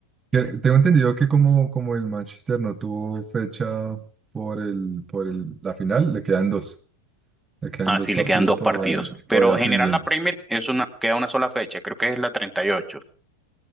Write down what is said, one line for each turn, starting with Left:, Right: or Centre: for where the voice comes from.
Right: Que- Tengo entendido que como, como el Manchester no tuvo fecha por el, por el, la final, le quedan dos. Le quedan
Centre: Ah,
Right: dos
Centre: sí,
Right: partidos
Centre: le quedan dos
Right: todavía,
Centre: partidos. Pero
Right: todavía
Centre: en
Right: pendientes.
Centre: general la Premier es una, queda una sola fecha. Creo que es la treinta y ocho